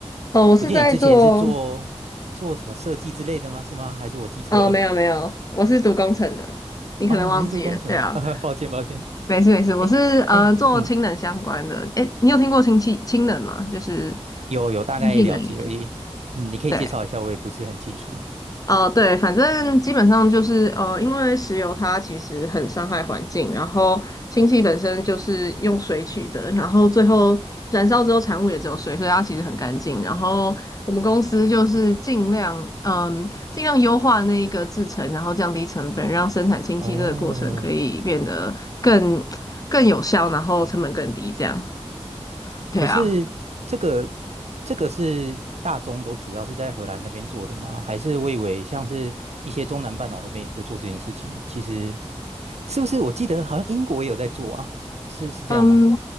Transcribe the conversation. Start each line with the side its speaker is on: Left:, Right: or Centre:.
Left: 哦，我是在做
Right: 我记得你之前是做做什么设计之类的吗？是吗？还是我记错了？
Left: 哦，没有没有，我是读工程的。
Right: <laughs>
Left: 你可能忘记了，
Right: 哦，你是读工程的，
Left: 对啊，
Right: <laughs> 啊，抱歉抱歉。
Left: 没事没事，我是呃做氢能相关的。
Right: 哎哎，嗯，
Left: 诶，你有听过氢气氢能吗？就是
Right: 有有大概了解而已。
Left: 氢气能源，
Right: 嗯，你可以介绍一下，
Left: 对。
Right: 我也不是很清楚。
Left: 哦，对，反正基本上就是呃，因为石油它其实很伤害环境，然后氢气本身就是用水取的，然后最后燃烧之后产物也只有水，所以它其实很干净。然后我们公司就是尽量嗯，尽量优化那一个制成，然后降低成本，让生产氢气这个过程可以变得更更有效，
Right: 哦，
Left: 然后成本更低，这样。对啊。
Right: 可是这个这个是大宗都主要是在荷兰那边做的吗？还是我以为像是一些中南半岛那边也会做这件事情？其实是不是我记得好像英国也有在做啊？是是这样吗？
Left: 嗯，